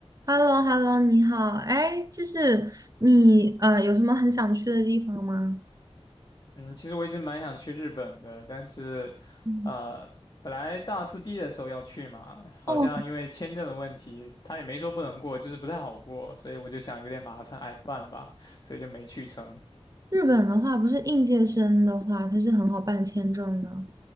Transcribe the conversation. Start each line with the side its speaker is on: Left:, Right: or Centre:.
Right: h e l l o h e l l o 你好，哎，就是你呃，有什么很想去的地方吗？
Left: 嗯，其实我一直蛮想去日本的，但是，
Right: 嗯
Left: 呃，本来大四毕业的时候要去嘛，好像因为签证的问题，
Right: 哦，
Left: 他也没说不能过，就是不太好过，所以我就想有点麻烦，哎，算了吧，所以就没去成。
Right: 日本的话，不是应届生的话，它是很好办签证的。